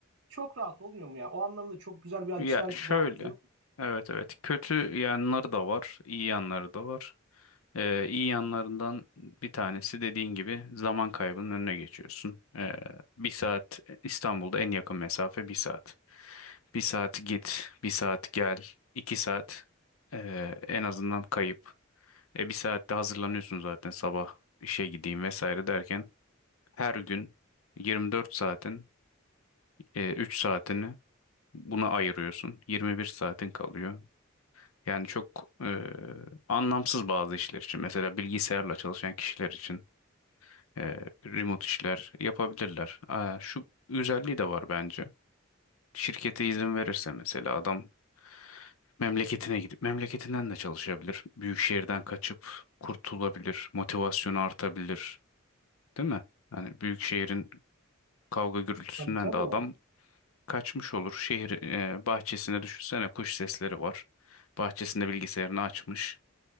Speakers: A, on the right (about 65°); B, on the left (about 90°).
A: çok rahat olmuyor mu ya? O anlamda çok güzel bir açıdan
B: Ya şöyle.
A: rahatlığı yok. mu?
B: Evet evet. Kötü yanları da var, iyi yanları da var. Ee, iyi yanlarından bir tanesi dediğin gibi zaman kaybının önüne geçiyorsun. Ee, bir saat İstanbul'da en yakın mesafe bir saat. Bir saat git, bir saat gel, iki saat ee, en azından kayıp. E, bir saatte hazırlanıyorsun zaten sabah işe gideyim vesaire derken her gün 24 saatin e, 3 saatini buna ayırıyorsun. 21 saatin kalıyor. Yani çok e, anlamsız bazı işler için. Mesela bilgisayarla çalışan kişiler için e, remote işler yapabilirler. Aa, şu özelliği de var bence. Şirkete izin verirse mesela adam memleketine gidip memleketinden de çalışabilir. Büyük şehirden kaçıp kurtulabilir. Motivasyonu artabilir. Değil mi? Yani büyük şehrin kavga gürültüsünden
A: Tabii tabii.
B: de adam kaçmış olur. Şehir e, bahçesine düşünsene kuş sesleri var. Bahçesinde bilgisayarını açmış.